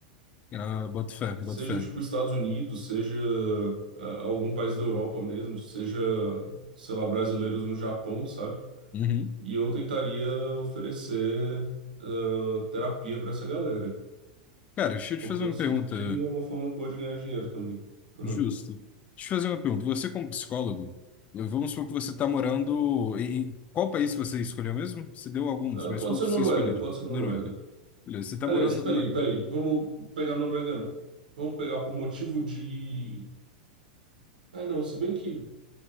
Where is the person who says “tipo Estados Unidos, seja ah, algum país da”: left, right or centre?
Right